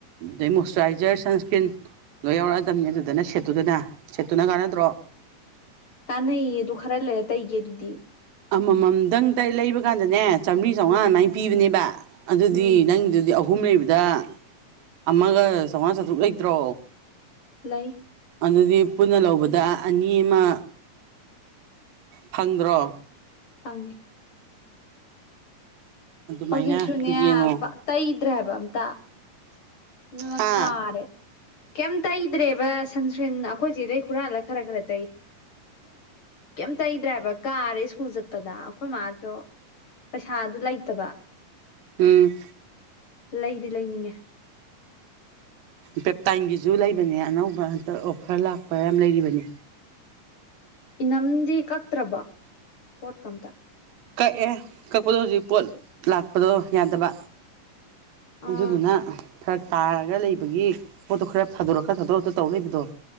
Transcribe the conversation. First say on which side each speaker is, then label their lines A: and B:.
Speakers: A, on the right; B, on the left.
A: ꯑꯗꯩ ꯃꯣꯏꯆꯨꯔꯥꯏꯖꯔ ꯁꯟꯁ꯭ꯀ꯭ꯔꯤꯟ ꯂꯣꯏ ꯌꯥꯎꯔꯛꯑꯗꯝꯅꯤ ꯑꯗꯨꯗꯅ ꯁꯦꯠꯇꯨꯗꯅ ꯁꯦꯠꯇꯨꯅ ꯀꯥꯟꯅꯗ꯭ꯔꯣ
B: ꯀꯅꯩꯌꯦ ꯑꯗꯨ ꯈꯔꯥ ꯇꯩꯒꯦ ꯑꯗꯨꯗꯤ
A: ꯑꯃꯃꯝꯗꯪ ꯂꯩꯕ ꯀꯥꯟꯗꯅꯦ ꯆꯥꯝꯕ꯭ꯔꯤ ꯆꯥꯝꯃꯉꯥ
B: ꯎꯝ
A: ꯑꯗꯨꯃꯥꯢ ꯄꯤꯕꯅꯦꯕ ꯑꯗꯨꯗꯤ
B: ꯎꯝ
A: ꯅꯪꯗꯨꯗꯤ ꯑꯍꯨꯝ ꯂꯩꯕꯗ ꯑꯃꯒ ꯆꯥꯎꯉꯥ ꯆꯥꯇ꯭ꯔꯨꯛ ꯂꯩꯇ꯭ꯔꯣ
B: ꯂꯩ
A: ꯑꯗꯨꯗꯤ ꯄꯨꯟꯅ ꯂꯧꯕꯗ ꯑꯅꯤ ꯑꯃ ꯐꯪꯗ꯭ꯔꯣ
B: ꯐꯪꯉꯦ
A: ꯑꯗꯨꯃꯥꯏꯅ
B: ꯍꯧꯖꯤꯛꯁꯨꯅꯦ
A: ꯌꯦꯡꯉꯣ
B: ꯄ ꯇꯩꯗ꯭ꯔꯦ ꯍꯥꯏꯕ ꯑꯝꯇ ꯑꯗꯨꯅ
A: ꯍꯥ
B: ꯀꯥꯔꯦ ꯀꯩꯝ ꯇꯩꯗ꯭ꯔꯦꯕ ꯁꯟꯁꯀ꯭ꯔꯤꯟ ꯑꯩꯈꯣꯏꯆꯦꯗꯩ ꯍꯨꯔꯥꯜꯂ ꯈꯔ ꯈꯔ ꯇꯩ ꯀꯩꯝꯇꯩꯗ꯭ꯔꯦ ꯍꯥꯏꯕ ꯀꯥꯔꯦ ꯁ꯭ꯀꯨꯜ ꯆꯠꯄꯗ ꯑꯩꯈꯣꯏ ꯃꯥꯁꯨ ꯄꯩꯁꯥꯗꯨ ꯂꯩꯇꯕ
A: ꯎꯝ
B: ꯂꯩꯗꯤ ꯂꯩꯅꯤꯡꯉꯦ
A: ꯄꯦꯞꯇꯥꯏꯟꯒꯤꯁꯨ ꯂꯩꯕꯅꯦ ꯑꯅꯧꯕ ꯍꯟꯇꯛ ꯑꯣꯐꯔ ꯂꯥꯛꯄ ꯌꯥꯝ ꯂꯩꯔꯤꯕꯅꯤ
B: ꯏꯅꯝꯗꯤ ꯀꯛꯇ꯭ꯔꯕꯣ ꯄꯣꯠꯀꯥ ꯑꯃꯇꯥ
A: ꯀꯛꯑꯦ ꯀꯛꯄꯗꯣ ꯍꯧꯖꯤꯛ ꯄꯣꯠ ꯂꯥꯛꯄꯗꯣ ꯌꯥꯗꯕ
B: ꯑꯥ
A: ꯑꯗꯨꯗꯨꯅ ꯐꯔꯛ ꯇꯥꯔꯒ ꯂꯩꯕꯒꯤ ꯄꯣꯠꯇꯣ ꯈꯔ ꯊꯥꯗꯣꯔꯛ ꯈꯔ ꯊꯥꯗꯣꯔꯛꯇ ꯇꯧ ꯂꯩꯕꯗꯣ